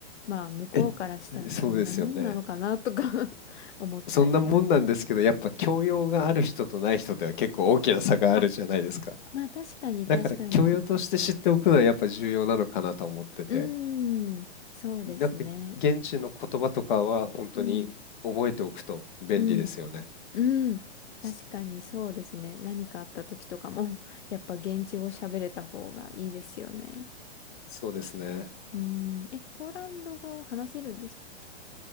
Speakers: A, on the left; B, on the left.
A: まあ、向こうからしたらそんなもんなのかなとか
B: え、そうですよね。
A: <laughs> 思ったりも。
B: そんなもんなんですけど、やっぱ教養がある人とない人では結構大きな差があるじゃないですか。
A: あ、まあ確かに、
B: だから教養として知っておくのはやっぱ重要なのかなと思ってて。
A: 確かに。うーん。そうですね。
B: なんか現地の言葉とかは本当に覚えておくと便利ですよね。
A: うん。うん。うん。
B: そ
A: 確かにそうですね。何かあった時とかも、<laughs> やっぱ現地語喋れた方がいいですよね。
B: そうですね。
A: うん。え、ポーランド語話せるんでしたっけ